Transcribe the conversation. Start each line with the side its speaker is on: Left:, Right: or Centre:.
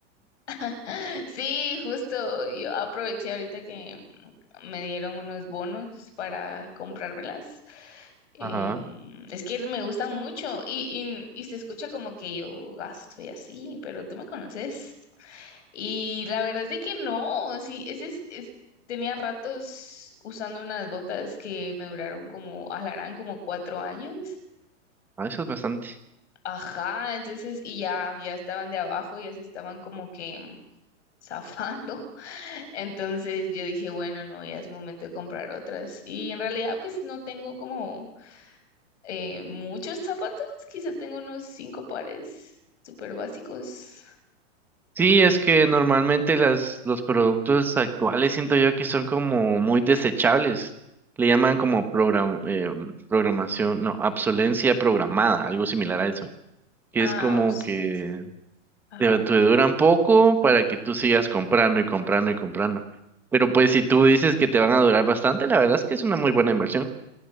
Left: <laughs> Sí, justo. Yo aproveché ahorita que me dieron unos bonos para comprármelas. Em,
Centre: Ajá.
Left: es que me gustan mucho y, y, y se escucha como que yo gasto y así, pero tú me conoces. Y la verdad es de que no, sí, ese es, es- tenía ratos usando unas botas que me duraron como, alarán como cuatro años.
Centre: Ah, Eso es bastante.
Left: Ajá, entonces, y ya, ya estaban de abajo, ya se estaban como que zafando. <laughs> Entonces yo dije, bueno, no, ya es momento de comprar otras. Y en realidad, pues no tengo como eh, muchos zapatos, quizá tengo unos cinco pares súper básicos.
Centre: Sí, es que normalmente las, los productos actuales siento yo que son como muy desechables. Le llaman como program, eh, programación, no, obsolencia programada, algo similar a eso. Que
Left: Ah,
Centre: es como
Left: opciones.
Centre: que
Left: ajá
Centre: te, te duran poco para que tú sigas comprando y comprando y comprando. Pero pues si tú dices que te van a durar bastante, la verdad es que es una muy buena inversión.